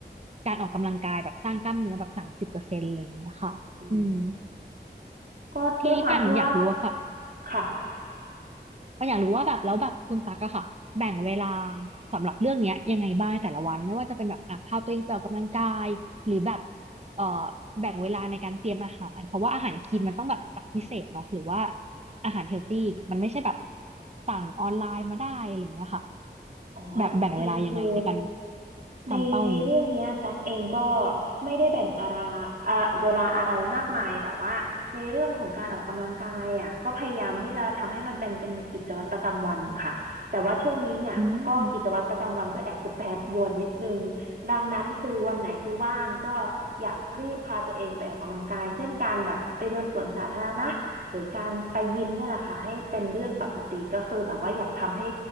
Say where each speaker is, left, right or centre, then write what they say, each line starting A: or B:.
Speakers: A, on the right; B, on the right.
A: การออกกำลังกายแบบสร้างกล้ามเนื้อแบบสามสิบเปอร์เซ็นต์อะไรอย่างเงี้ยค่ะอืม
B: อืมก็ด้วยความที่ว่า
A: ทีนี้ป่านอยากรู้อะค่ะ
B: ค่ะ
A: ก็อยากรู้ว่าแบบแล้วแบบคุณตั๊กอะค่ะแบ่งเวลาสำหรับเรื่องเนี้ยยังไงบ้างในแต่ละวันไม่ว่าจะเป็นแบบอ่ะพาตัวเองไปออกกำลังกายหรือแบบเอ่อแบ่งเวลาในการเตรียมอาหารเพราะว่าอาหารคลีนมันต้องแบบจัดพิเศษเนาะหรือว่าอาหารเฮลตี้มันไม่ใช่แบบสั่งออนไลน์มาได้อะไรอย่างเงี้ยค่ะ
B: อ๋อจริงๆ
A: แบบแบ่งเวลายังไงในการ
B: คือ ในในเรื่องเนี้ยตักเองก็
A: ทำเป้านี้
B: ไม่ได้แบ่งอะไรอ่าเวลาอะไรมากมายแต่ว่าในเรื่องของการออกกำลังกายอ่ะก็พยายามที่จะทำให้มันเป็นเป็นกิจวัตรประจำวันค่ะแต่ว่าช่วงนี้เนี่ยก็กิจวัตรประจำวันก็แอบจะแปรปรวนนิดนึง
A: อืม
B: ดังนั้นคือวันไหนที่ว่างก็อยากรีบพาตัวเองไปออกกำลังกายเช่นการแบบไปเดินสวนสาธารณะหรือการไปยิมนี่ยแหละค่ะให้เป็นเรื่องปกติก็คือแบบว่าอยากทำให้